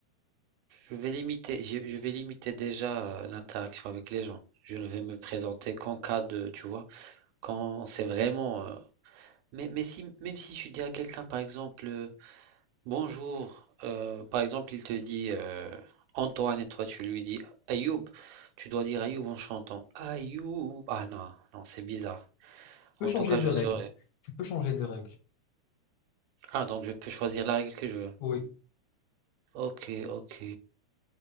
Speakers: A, on the right; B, on the left.
A: je vais limiter, je, je vais limiter déjà euh, l'interaction avec les gens. Je ne vais me présenter qu'en cas de, tu vois, quand c'est vraiment. euh, Mais, mais si, même si tu dis à quelqu'un, par exemple, euh, bonjour, euh, par exemple, il te dit euh, Antoine et toi, tu lui dis Ayoub, tu dois dire Ayoub en chantant Ayoub. Ah non, non, c'est bizarre.
B: peux
A: En
B: changer
A: tout cas,
B: de
A: je
B: règle.
A: serai.
B: Tu peux changer de règle.
A: Ah, donc je peux choisir la règle que je veux.
B: Oui.
A: Ok, ok.